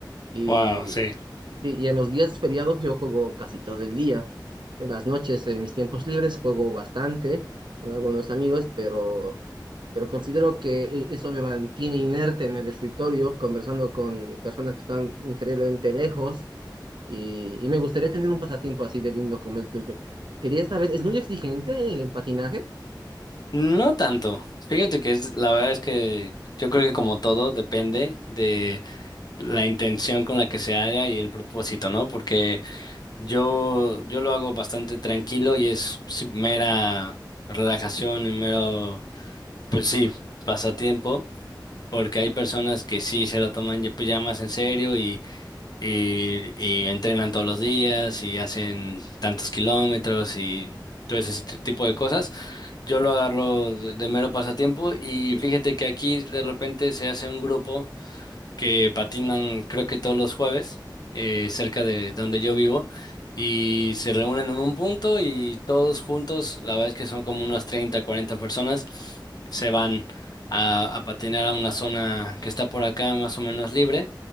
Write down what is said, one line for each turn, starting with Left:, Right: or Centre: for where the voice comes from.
Right: Y,
Left: wow, sí.
Right: y sí, y en los días feriados yo juego casi todo el día. En las noches, en mis tiempos libres, juego bastante con algunos amigos, pero, pero considero que e- eso me mantiene inerte en el escritorio, conversando con personas que están increíblemente lejos. Y, y me gustaría tener un pasatiempo así de lindo como el tuyo. Quería saber, ¿es muy exigente el patinaje?
Left: No tanto. Fíjate que es, la verdad es que yo creo que como todo depende de la intención con la que se haga y el propósito, ¿no? Porque Yo, yo lo hago bastante tranquilo y es sí, mera relajación y mero, pues sí, pasatiempo, porque hay personas que sí se lo toman ya, pues, ya más en serio y, y, y entrenan todos los días y hacen tantos kilómetros y todo ese ti- tipo de cosas. Yo lo agarro de, de mero pasatiempo y fíjate que aquí de repente se hace un grupo que patinan creo que todos los jueves eh, cerca de donde yo vivo y se reúnen en un punto y todos juntos, la verdad es que son como unas 30 40 personas, se van a, a patinar a una zona que está por acá más o menos libre